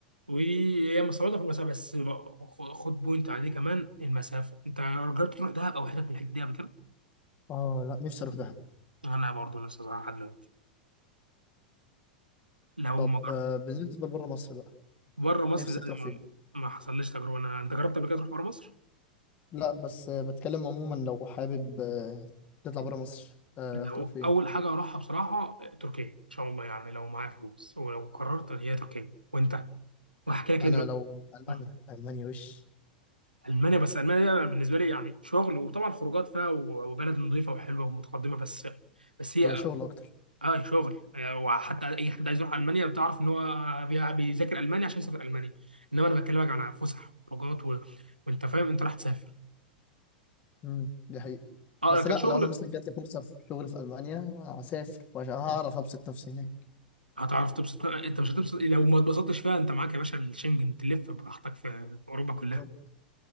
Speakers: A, on the right; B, on the left.
A: وهي مستوردة في المسافه بس بق- خ- خد بوينت عليه كمان المسافه انت جربت تروح دهب او حتت من الحاجات دي قبل كده؟
B: اه لا نفسي اروح دهب
A: انا برضه نفسي أروح لحد دلوقتي لو
B: طب
A: ما جربت
B: آه، بالنسبه لبره مصر بقى
A: بره مصر
B: نفسك
A: ده
B: تروح فين
A: ما ما حصلليش تجربه انا انت جربت قبل كده تروح بره مصر؟
B: لا بس آه، بتكلم عموما لو حابب آه، تطلع بره مصر آه،
A: لو
B: هتروح فين
A: اول حاجه اروحها بصراحه تركيا ان شاء الله يعني لو معايا فلوس ولو قررت هي تركيا وانت وهحكي لك
B: انا
A: ليه دلوقتي
B: لو المانيا
A: مم.
B: المانيا وش
A: المانيا بس المانيا بالنسبه لي يعني شغل وطبعا خروجات فيها و- وبلد نظيفه وحلوه ومتقدمه بس بس هي
B: هي شغل اكتر
A: اه شغل آه، وحتى اي حد عايز يروح المانيا بتعرف ان هو بي- بيذاكر المانيا عشان يسافر المانيا انما انا بكلمك عن فسح وخروجات و... وانت فاهم انت راح تسافر
B: امم دي حقيقة
A: اه
B: بس
A: كشغل
B: لا لو انا مثلا جات لي فرصة في شغل في المانيا هسافر وعشان هعرف ابسط نفسي هناك
A: هتعرف تبسط انت مش هتبسط لو ما اتبسطتش فيها انت معاك يا باشا الشنجن تلف براحتك في, في اوروبا كلها
B: طب